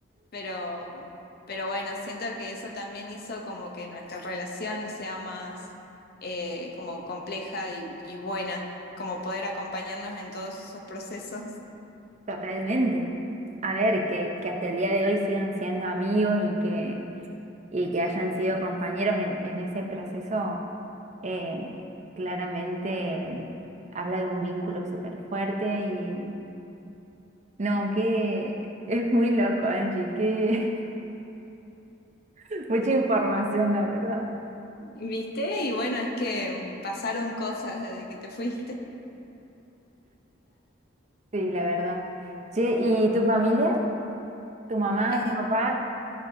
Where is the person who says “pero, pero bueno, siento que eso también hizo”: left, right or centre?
Left